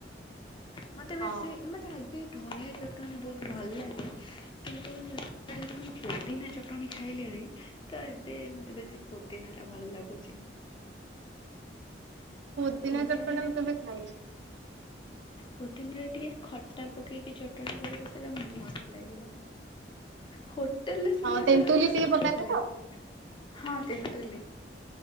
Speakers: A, on the left; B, on the right.
A: ମତେ ବେଶୀ
B: ହଁ
A: ମତେ ହାଲ୍ କି ଧନିଆ ଚଟଣି ବହୁତ ଭଲ ଲାଗେ କିନ୍ତୁ <unintelligible> ମୁଁ ପୋଦିନା ଚଟଣି ଖାଇଲିଣି ତ ଏବେ ମତେ ବେଶୀ ପୋଦିନା ଟା ଭଲ ଲାଗୁଛି।
B: ପୋଦିନା
A: ପୋଦିନାରେ
B: ଚଟଣି ମୁଁ କେବେ ଖାଇନି।
A: ପୋଦିନରେ ଟିକେ ଖଟା ପକେଇକି ଚଟଣି କରିବ ସେଇଟା ମସ୍ତ ଲାଗିବ। ହୋଟେଲରେ ଯୋଉଟା
B: ହଁ ତେନ୍ତୁଲି
A: ମିଳେ ମତେ
B: ଟିକେ
A: ସେଟା
B: ପକାନ୍ତି
A: ଭଲ ଲାଗେନି।
B: ତ
A: ହଁ ତେନ୍ତୁଲି।